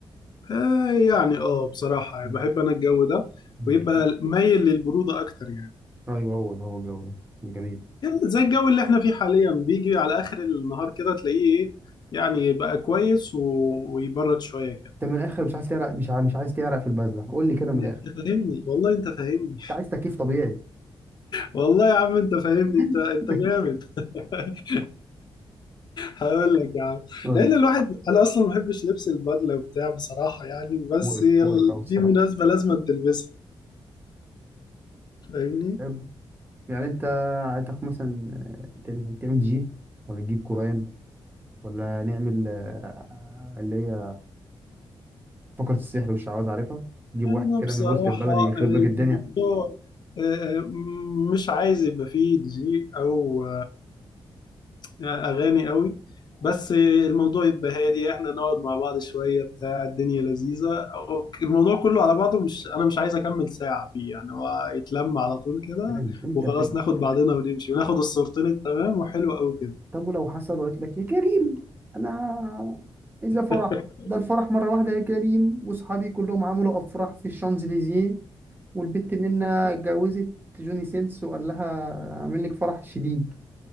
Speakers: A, on the left (about 50°); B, on the right (about 20°).
A: آه يعني اه بصراحة يعني
B: مم.
A: بحب أنا الجو ده
B: مم.
A: ويبقى مايل للبرودة أكتر يعني
B: ايوه هو ده هو الجو ده جميل
A: زي الجو اللي احنا فيه حاليا بيجي على اخر النهار كده تلاقيه ايه يعني بقى كويس و... ويبرد شويه كده
B: انت من الاخر مش عايز تعرق مش عايز مش عايز تعرق في البازله قول لي كده من
A: انت
B: الاخر
A: فاهمني والله انت فاهمني
B: انت عايز تكييف طبيعي
A: والله يا عم انت فاهمني
B: <laughs>
A: انت انت جامد <laughs> هقول لك يا عم
B: قول
A: لان
B: لي.
A: الواحد انا اصلا ما بحبش لبس البدله وبتاع بصراحه يعني بس
B: مقرف
A: هي
B: مقرف
A: ال-
B: أوي الصراحة
A: دي مناسبه لازم تلبسها فاهمني
B: حلو. يعني انت عايزك مثلا آه، تعمل تعمل جي ولا تجيب قرآن ولا نعمل آه، اللي هي فقرة السحر والشعوذة عارفها تجيب
A: يعني
B: واحد
A: انا
B: كده
A: بصراحه
B: من وسط البلد يخرب
A: الموضوع
B: لك الدنيا
A: آه، آه، مش عايز يبقى فيه دي جي او اغاني قوي بس الموضوع يبقى هادي احنا نقعد مع بعض شويه بتاع الدنيا لذيذه أو- الموضوع كله على بعضه مش انا مش عايز اكمل ساعه فيه يعني هو يتلم على طول كده
B: برنس انت
A: وخلاص
B: برنس
A: ناخد بعضنا ونمشي وناخد الصورتين التمام وحلو قوي كده
B: طب ولو حصل وقلت لك يا كريم انا اذا فرح
A: <laughs>
B: ده الفرح مره واحده يا كريم واصحابي كلهم عملوا افراح في الشانزليزيه والبت منا اتجوزت جوني سينس وقال لها اعمل لك فرح شديد